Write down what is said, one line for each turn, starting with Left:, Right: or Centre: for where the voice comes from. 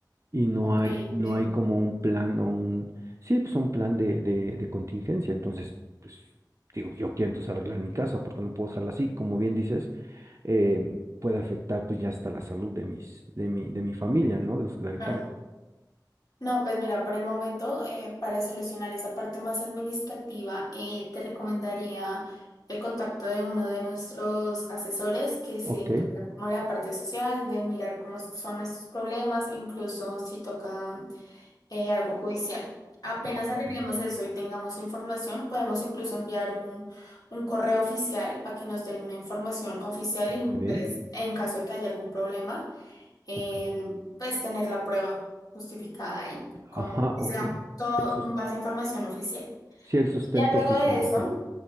Right: Y no
Left: Ok,
Right: hay,
Left: entiendo.
Right: no hay como un plan o un, sí, pues un plan de, de, de contingencia. Entonces, pues digo, yo quiero entonces arreglar mi casa porque no puedo dejarla así. Como bien dices, eh, puede afectar pues ya hasta la salud de mis, de mi, de mi familia, ¿no? De los que la habitamos.
Left: Claro. No, pues mira, por el momento, eh, para solucionar esa parte más administrativa, eh, te recomendaría el contacto de uno de nuestros asesores que se
Right: Ok.
Left: encarga como la parte social, de mirar cómo son estos problemas, incluso si toca eh, algo judicial. Apenas
Right: Oh,
Left: arreglemos
Right: muy
Left: eso y tengamos información, podemos incluso enviar un, un correo oficial para que nos den una información oficial
Right: muy
Left: y pues,
Right: bien.
Left: en caso de que haya algún problema eh,
Right: Ok.
Left: pues tener la prueba justificada y como
Right: Ajá,
Left: que
Right: ok.
Left: sea todo
Right: El sus-
Left: en base a información oficial.
Right: sí, el sustento
Left: Y ya luego
Right: oficial,
Left: de eso,
Right: ok.